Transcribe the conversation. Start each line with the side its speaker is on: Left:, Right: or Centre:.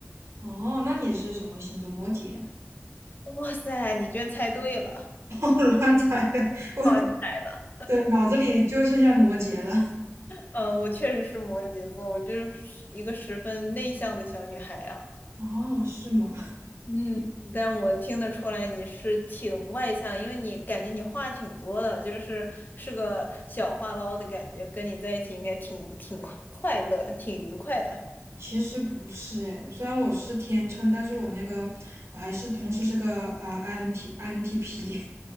Right: 哦，那你是什么星座？摩羯？
Left: <laughs> 哇塞，你居然猜对了，
Right: <laughs> 我乱猜的，我
Left: 靠你猜的。
Right: 的脑子里就剩下摩羯了。
Left: 嗯，我确实是摩羯座，我就是一个十分内向的小女孩啊。
Right: 哦，是吗？
Left: 嗯，但我听得出来你是挺外向，因为你感觉你话挺多的，就是是个小话唠的感觉，跟你在一起应该挺挺快快乐的，挺愉快的。
Right: 其实不是哎，虽然我是天秤，但是我那个我还是同时是个呃 INT INTP，